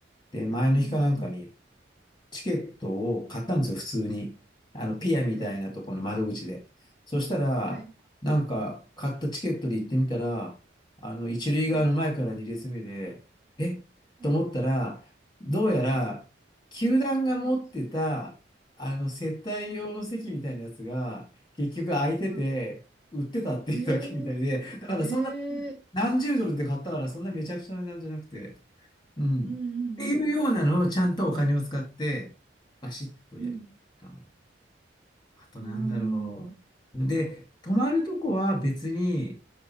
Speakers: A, on the left; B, in the centre.
A: で、前の日かなんかに
B: うんうんうん。
A: チケットを買ったんですよ、普通に。あの、ピアみたいなところの窓口で。
B: はい。
A: そしたら、
B: はい。
A: なんか、買ったチケットで行ってみたら、あの、一塁側の前から二列目で、
B: はい。
A: えと思ったら、
B: はい。
A: どうやら、
B: はい。
A: 球団が持ってた、
B: はい。
A: あの、接待用の席みたいなやつが、
B: はい
A: 結局空いてて、
B: まあ、
A: 売ってたっていうだけみたいで、
B: え
A: だからそんな
B: えええ
A: 何十ドルで買ったから、そんなめちゃくちゃな値段じゃなくて、うん。
B: うんうんうん
A: っていうようなのをちゃんとお金を使って、バシッとやりたいかも。
B: うん。
A: あとなんだろう。
B: うん。おー。
A: で、泊まるとこは別に